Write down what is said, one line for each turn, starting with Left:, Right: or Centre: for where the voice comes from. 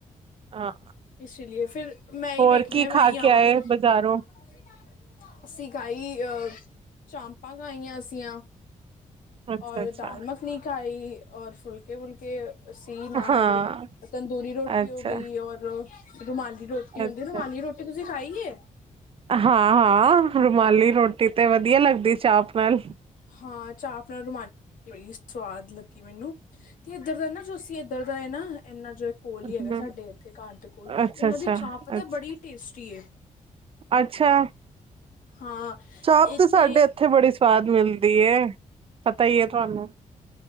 Right: ਹਾਂ
Left: ਇਸੇ ਲਈਏ ਫਿਰ ਮੈਂ ਹੀ
Right: ਹੋਰ
Left: ਵੇਖਣੀ
Right: ਕੀ
Left: ਆ ਮੈਂ
Right: ਖਾ
Left: ਹੀ
Right: ਕੇ
Left: ਆਵਾਂਗੀ
Right: ਆਏ
Left: ਸਤਿ
Right: ਬਜ਼ਾਰੋਂ
Left: ਸ਼੍ਰੀ ਅਕਾਲ ਚਾਪਾਂ। ਖਾਈਆਂ ਅਸੀਂ ਆਂ ਚੰਪਾਂ ਖਾਈਆਂ ਅਸੀਂ ਆ।
Right: ਅੱਛਾ
Left: ਔਰ
Right: ਅੱਛਾ
Left: ਦਾਲ ਮੱਖਣੀ ਖਾਈ ਔਰ ਫੁਲਕੇ-ਵੁਲਕੇ ਅਸੀ ਨਾਲ
Right: ਹਾਂ
Left: ਤੰਦੂਰੀ ਰੋਟੀ
Right: ਅੱਛਾ
Left: ਹੋ, ਗਈ ਔਰ ਰੁਮਾਲੀ ਰੋਟੀ ਹੁੰਦੀ।
Right: ਅੱਛਾ
Left: ਰੁਮਾਲੀ ਰੋਟੀ ਤੁਸੀਂ ਖਾਈ ਏ?
Right: ਹਾਂ-ਹਾਂ ਰੁਮਾਲੀ ਰੋਟੀ ਤੇ ਵਧੀਆ ਲੱਗਦੀ ਚਾਪ ਨਾਲ।
Left: ਹਾਂ ਚਾਪ ਨਾਲ ਰੁਮਾਲੀ ਰੋਟੀ ਬੜੀ ਸਵਾਦ ਗੱਲੀ ਮੈਨੂੰ-ਮੈਨੂੰ ਤੇ ਇਦਾਂ ਦਾ ਨਾ ਤੁਸੀਂ ਇਦਾਂ ਦਾ ਹੈ ਨਾ ਇੰਨਾ ਜਿਹਾ ਕੋਲ ਹੀ, ਹੈਗਾ
Right: ਹੂੰ,
Left: ਸਾਡੇ ਇੱਥੇ ਘਰ ਦੇ, ਕੋਲ
Right: ਅੱਛਾ
Left: ਉਹਨਾਂ
Right: ਅੱਛਾ
Left: ਦੀ ਚਾਪ ਪਤਾ
Right: ਅੱਛਾ
Left: ਬੜੀ ਟੇਸਟੀ
Right: ਅੱਛਾ
Left: ਹਾਂ
Right: ਚਾਪ
Left: ਇਹ
Right: ਤਾਂ ਸਾਡੇ
Left: ਤੇ
Right: ਇੱਥੇ ਬੜੀ ਸਵਾਦ ਮਿਲਦੀ ਏ ਪਤਾ ਹੀ ਹੈ ਤੁਹਾਨੂੰ